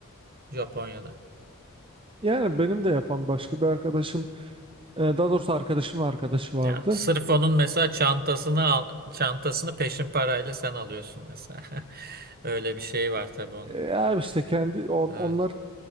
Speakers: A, on the right; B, on the right.
A: Japonya'da.
B: Yani benim de yapan başka bir arkadaşım, e, daha doğrusu arkadaşımın arkadaşı vardı.
A: Ya sırf onun mesela çantasını al, çantasını peşin parayla sen alıyorsun mesela. <laughs> Öyle bir şey var tabii onun.
B: E, Ya işte kendi on,
A: Evet.